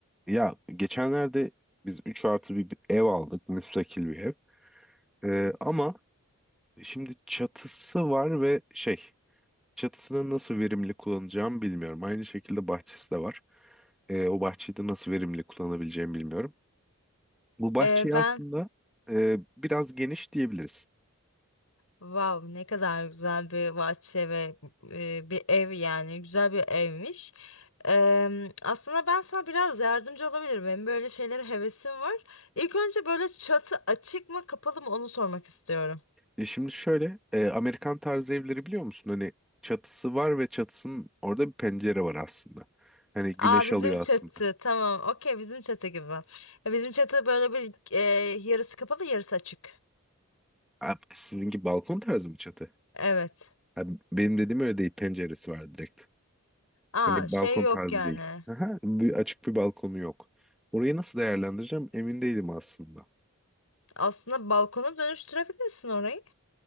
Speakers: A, in the centre; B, on the left (about 75°).
A: Ya geçenlerde biz 3 artı bir bir ev aldık. Müstakil bir ev. Ee, ama şimdi çatısı var ve şey çatısını nasıl verimli kullanacağımı bilmiyorum. Aynı şekilde bahçesi de var. Ee, o bahçeyi de nasıl verimli kullanabileceğimi bilmiyorum. Bu bahçeyi
B: Ee, ben
A: aslında e, biraz geniş diyebiliriz.
B: wow ne kadar güzel bir bahçe ve e, bir ev yani güzel bir evmiş. Em, aslında ben sana biraz yardımcı olabilirim. Benim böyle şeylere hevesim var. İlk önce böyle çatı açık mı kapalı mı onu sormak istiyorum.
A: E, şimdi şöyle e, Amerikan tarzı evleri biliyor musun? Hani çatısı var ve çatısının orada bir pencere var aslında. Hani güneş
B: Aa bizim
A: alıyor
B: çatı
A: aslında.
B: tamam okey bizim çatı gibi. Ya, bizim çatı böyle bir e, yarısı kapalı yarısı açık.
A: Abi, sizinki balkon tarzı mı çatı?
B: Evet.
A: Ha, benim dediğim öyle değil. Penceresi var direkt.
B: Aa
A: Hani
B: şey
A: balkon
B: yok
A: tarzı
B: yani.
A: değil. Aha, bir açık bir balkonu yok. Orayı nasıl değerlendireceğim emin değilim aslında.
B: Aslında balkona dönüştürebilirsin orayı.